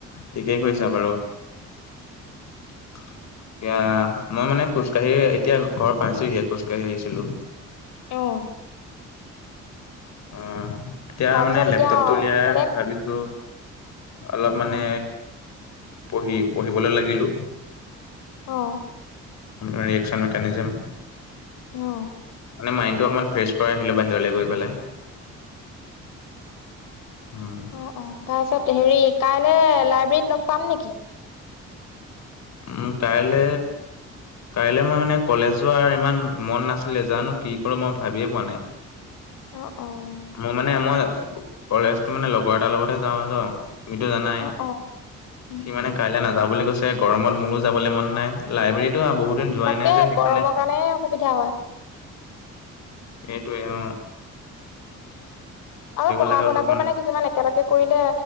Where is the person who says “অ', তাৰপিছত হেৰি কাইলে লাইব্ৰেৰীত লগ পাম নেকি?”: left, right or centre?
Left